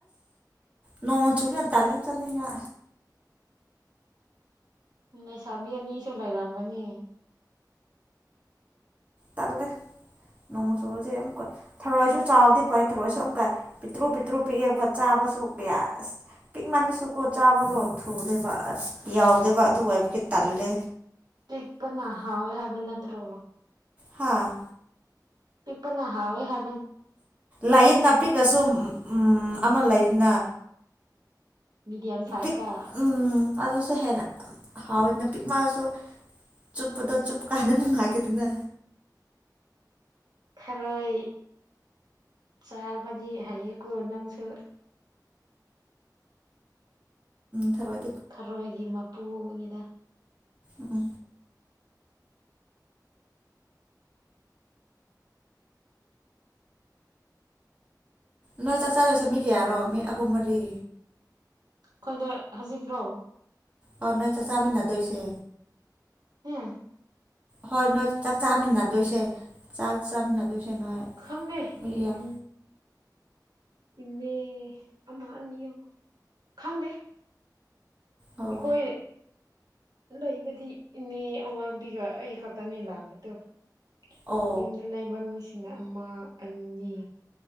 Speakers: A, on the right; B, on the right.
A: ꯅꯣꯡꯉ ꯆꯨꯃ ꯇꯂꯦ ꯆꯟꯅꯅꯤꯡꯉ
B: ꯂꯩꯁꯕꯤ ꯑꯅꯤ ꯆꯂꯥꯏꯔꯝꯒꯅꯤ
A: ꯇꯜꯂꯦ ꯅꯣꯡ ꯆꯨꯕꯁꯦ ꯑꯃꯨꯛꯀ ꯊꯔꯣꯏꯁꯨ ꯆꯥꯎꯕꯗꯤ ꯐꯩ ꯊꯔꯣꯏꯁꯨ ꯑꯃꯨꯛꯀ ꯄꯤꯛꯇ꯭ꯔꯨ ꯄꯤꯛꯇ꯭ꯔꯨ ꯄꯤꯛꯑꯦ ꯑꯃ ꯆꯥꯕꯁꯨꯁ ꯄꯤꯛꯃꯜꯟꯅꯁꯨꯀꯣ ꯆꯥꯕꯗꯣ ꯊꯨꯗꯣꯏꯕ ꯌꯥꯎꯗꯣꯏꯕ ꯑꯗꯨ ꯑꯣꯏꯏꯕꯗꯤ ꯇꯜꯂꯦ
B: ꯄꯤꯛ ꯄ ꯍꯥꯥꯎ ꯑꯣꯏꯣꯏ ꯍꯥꯏꯕ ꯅꯠꯇ꯭ꯔꯣ
A: ꯍꯥꯥ
B: ꯄꯤꯄꯅ ꯍꯋꯦ ꯍꯥ
A: ꯂꯩꯟ ꯅꯅꯥꯄꯤꯤ ꯔꯁ ꯎꯝ ꯑꯃ ꯂꯩꯅ
B: ꯃꯤꯗꯤꯌꯝ ꯁꯥꯏꯖꯇ
A: ꯤ ꯎꯝ ꯑꯗꯁꯨ ꯍꯦꯅ ꯍꯥꯎ ꯏ ꯄꯤꯛ ꯃꯥꯁꯨ ꯆꯨꯞꯄꯗꯣ ꯆꯨꯞ ꯀꯥꯟꯗ ꯅꯨꯡꯉꯥꯏꯇꯗꯅ
B: ꯊꯔꯣꯏ ꯆꯥꯕꯗꯤ ꯍꯩꯌꯦꯀꯣ ꯅꯪꯁꯨ ꯫
A: ꯊꯔꯣꯏ
B: ꯊꯔꯣꯏꯒꯤ ꯃꯄꯨꯅꯤꯗ
A: ꯎ ꯅꯣꯏ ꯆꯥꯛꯆꯥꯗꯣꯏꯁꯦ ꯃꯤ ꯀꯌꯥꯔꯣ ꯃꯤ ꯑꯍꯨꯝ- ꯃꯔꯤ?
B: ꯑꯩꯈꯣꯏꯗ ꯍꯧꯖꯤꯛꯔꯣ?
A: ꯑꯣ ꯅꯣꯏ ꯆꯥꯛ ꯆꯥꯃꯤꯟꯅꯗꯣꯏꯁꯦ
B: ꯍꯨꯝ
A: ꯍꯣꯏ ꯅꯣꯏ ꯆꯥꯛ ꯆꯥꯃꯤꯟꯅꯗꯣꯏꯁꯦ ꯆꯥꯛ ꯆꯥꯃꯤꯟꯅꯗꯣꯏꯁꯦ ꯅꯣꯏ
B: ꯈꯪꯅꯩ
A: ꯃꯤ
B: ꯏꯟ
A: ꯌꯥꯝ
B: ꯏꯃꯦ ꯀꯃꯔꯅꯤ ꯈꯪ
A: ꯑꯣ
B: ꯑꯩꯈꯣꯏ ꯂꯩꯕꯗꯤ ꯏꯅꯦ ꯑꯋꯥꯡꯕꯤꯒ ꯑꯩ ꯈꯛꯇꯅꯦ ꯂꯥꯛꯄꯗꯣ ꯫
A: ꯑꯣ
B: ꯌꯨꯝꯗ ꯂꯩꯕ ꯃꯤꯁ ꯑꯃ ꯑꯅꯤ